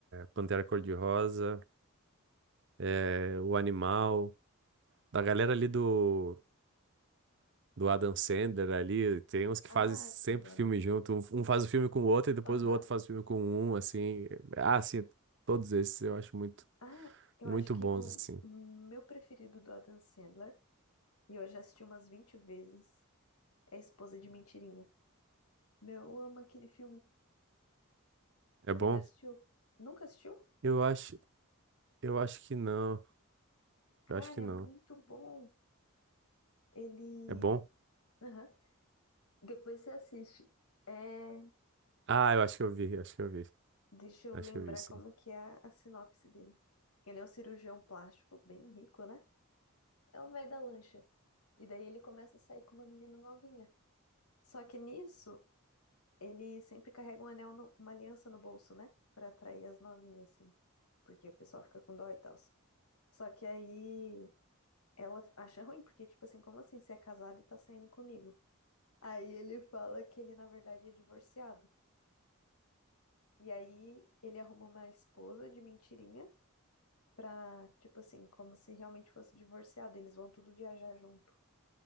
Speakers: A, on the right (about 55°); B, on the left (about 85°).
A: Pantera Cor-de-Rosa, é, O Animal. Da galera ali do, do Adam Sandler ali, tem uns que
B: Ah,
A: fazem sempre
B: sim, do
A: filme
B: Adam Sandler.
A: junto. Um, um faz o filme com o outro e depois
B: Aham.
A: o outro faz o filme com um, assim. Ah, sim, todos esses eu acho muito,
B: Ah, eu
A: muito
B: acho que
A: bons,
B: o
A: assim.
B: meu preferido do Adam Sandler, e eu já assisti umas 20 vezes, é Esposa de Mentirinha. Meu, eu amo aquele filme.
A: É bom?
B: Tu já assistiu? Nunca assistiu?
A: Eu acho, eu acho que não.
B: Cara,
A: Eu acho que não.
B: é muito bom. Ele
A: É bom?
B: Aham. Depois você assiste. É,
A: Ah, eu acho que eu vi, eu acho que eu vi.
B: deixa eu
A: Acho
B: lembrar
A: que eu vi, sim.
B: como que é a, a sinopse dele. Ele é um cirurgião plástico bem rico, né? É o velho da lancha. E daí ele começa a sair com uma menina novinha. Só que nisso, ele sempre carrega um anel, no- uma aliança no bolso, né? Pra atrair as novinhas, assim. Porque o pessoal fica com dó e tal. Só que aí ela acha ruim, porque, tipo assim, como assim? Você é casado e tá saindo comigo? Aí ele fala que ele, na verdade, é divorciado. E aí ele arruma uma esposa de mentirinha pra, tipo assim, como se realmente fosse divorciado. Eles vão tudo viajar junto.